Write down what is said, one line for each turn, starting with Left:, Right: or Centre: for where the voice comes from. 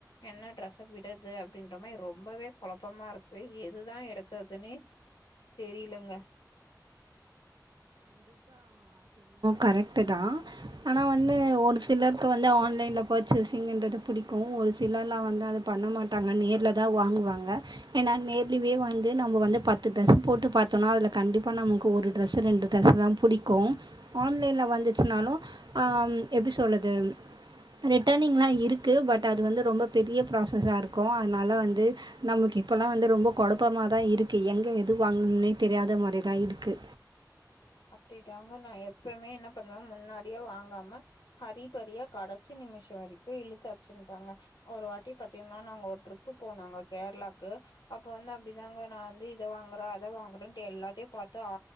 Left: என்ன டிரெஸ்ஸ விடறது அப்டின்ற மாரி ரொம்பவே கொழப்பமா இருக்கு எதுதா எடுக்குறதுன்னே தெ தெரியலங்க
Right: கரெக்ட்டுதா ஆனா வந்து ஒரு சிலருக்கு வந்து ஆன்லைன்ல பர்ச்சேஸிங்கன்றது பிடிக்கு ஒரு சிலர்லா வந்து அத பண்ண மாட்டாங்க நேர்லதா வாங்குவாங்க. ஏன்னா நேர்லிவே வந்து நம்ம வந்து பத்து ட்ரெஸ்ஸு போட்டு பாத்தோனா அதுல கண்டிப்பா நமக்கு ஒரு ட்ரெஸ்ஸு ரெண்டு ட்ரெஸ்தா புடிக்கு ஆன்லைன்ல வந்துச்சுனாலு அம் எப்டி சொல்லது ரிட்டர்னிங்லா இருக்கு பட் அது வந்து ரொம்ப பெரிய ப்ராசஸா இருக்கு அதனால வந்து நமக்கு இப்போலா வந்து ரொம்ப கொழப்பமாதா இருக்கு எங்க எது வாங்கணுனே தெரியாத மாரிதா இருக்கு.
Left: அப்டிதாங்க நா எப்பமே என்ன பண்ணுவ முன்னாடியே வாங்காம ஹரிபரியா கடைசி நிமிஷோ வரைக்கு இழுத்து அடிச்சுனுருப்பாங்க. ஒரு வாட்டி பாத்தீங்னா நாங்க ஒரு ட்ரிப்பு போனோங்க கேரளாக்கு. அப்ப வந்து அப்டிதாங்க நா வந்து இத வாங்கறே அத வாங்கறேன்ட்டு எல்லாத்தையு பாத்து ஆ